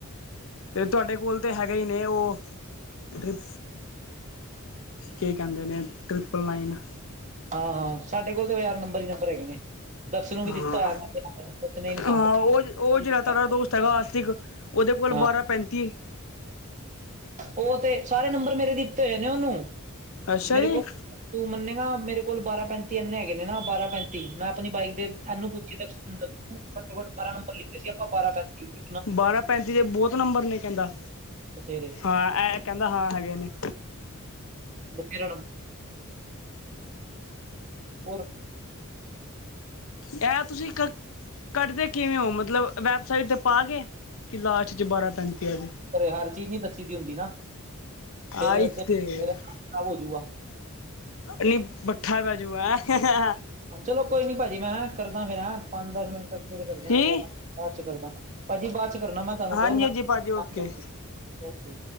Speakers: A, on the left (about 65°); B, on the right (about 35°).
A: ਤੇ ਤੁਹਾਡੇ ਕੋਲ ਤਾਂ, ਹੈਗੇ ਹੀ ਨੇ। ਉਹ ਟ੍ਰਿਪ ਕੀ ਕਹਿੰਦੇ ਨੇ, ਟ੍ਰਿਪਲ ਨਾਈਨ।
B: ਹਾਂ- ਹਾਂ। ਸਾਡੇ ਕੋਲ ਤਾਂ ਯਾਰ, ਨੰਬਰ ਹੀ ਨੰਬਰ ਹੈਗੇ ਨੇ। ਦਕਸ਼ ਨੂੰ ਵੀ
A: ਹਾਂ।
B: ਦਿੱਤਾ ਯਾਰ ਮੈਂ ਉਹਨੇ ਨੀ
A: ਹਾਂ ਉਹ, ਉਹ
B: ਸਾਂਭਿਆ
A: ਜਿਹੜਾ, ਤੁਡਾ ਦੋਸਤ। ਸਗਾ ਸਾਤਿਕ, ਉਹਦੇ ਕੋਲ
B: ਹਾਂ
A: ਬਾਰਾ, ਪੈਂਤੀ।
B: ਉਹ ਤੇ, ਸਾਰੇ ਨੰਬਰ ਮੇਰੇ, ਦਿੱਤੇ ਹੋਏ ਨੇ ਉਹਨੂੰ।
A: ਅੱਛਾ
B: ਮੇਰੇ
A: ਜੀ
B: ਕੋਲ ਤੂੰ ਮੰਨੇਗਾ ਮੇਰੇ ਕੋਲ ਬਾਰਾਂ ਪੈਂਤੀ ਐੰਨੇ ਹੈਗੇ ਨੇ ਨਾ ਬਾਰਾਂ-ਪੈਂਤੀ ਮੈਂ ਆਪਣੀ ਬਾਈਕ ਦੇ ਇਹਨੂੰ ਪੁੱਛੀ ਦਕਸ਼ ਨੂੰ ਘੱਟੋ-ਘੱਟ ਬਾਰ੍ਹਾਂ ਨੰਬਰ ਲਿੱਤੇ ਸੀ ਆਪਾਂ ਬਾਰ੍ਹਾਂ ਪੈਂਤੀ ਤੇ
A: ਬਾਰ੍ਹਾਂ ਪੈਂਤੀ ਦੇ ਬਹੁਤ ਨੰਬਰ ਨੇ ਕਹਿੰਦਾ-
B: ਉਹ ਤੇੇਰੇ
A: ਹਾਂ ਇਹ ਕਹਿੰਦਾ ਹਾਂ ਹੈਗੇ ਨੇ।
B: ਮੱਤੀ ਰਾੜਾ। ਔਰ
A: ਇਹ ਤੁਸੀਂ ਕ ਕੱਰਦੇ ਕਿਵੇਂ ਹੋ ਮਤਲਬ ਵੈਬਸਾਈਟ'ਤੇ ਪਾ ਕੇ ਕਿ ਲਾਸਟ ਚ ਬਾਰਾਂ ਪੈਂਤੀ ਆ ਜੇ
B: ਘਰੇ ਹਰ ਚੀਜ਼ ਨੀ ਦੱਸੀ ਦੀ ਹੁੰਦੀ ਨਾ ਫੇਰ
A: ਆਈ
B: ਤੇ
A: ਤੇਰੀ
B: ਮੇਰਾ ਕੰਮ ਖ਼ਰਾਬ ਹੋਜੂਗਾ।
A: ਨਹੀਂ ਭੱਠਾ ਬੈਹਜੂਗਾ ਹੈਂ
B: ਚਲੋ ਕੋਈ ਨੀ ਪਾਜੀ ਮੈਂ ਹੈ ਕਰਦਾ ਫੇਰ ਹੈ ਪੰਜ-ਦਸ ਮਿੰਟ ਤੱਕ ਫਿਰ ਕਰਦਾ।
A: ਕੀ
B: ਬਾਦ ਚ ਕਰਦਾ ਪਾਜੀ ਬਾਦ ਚ ਕਰਨਾ ਮੈਂ ਤੁਹਾਨੂੰ
A: ਹਾਂਜੀ
B: ਕੌਲ
A: ਹਾਂਜੀ
B: ਕੰਮ
A: ਭਾਜੀ ਓਕੇ
B: ਕਰਲਾ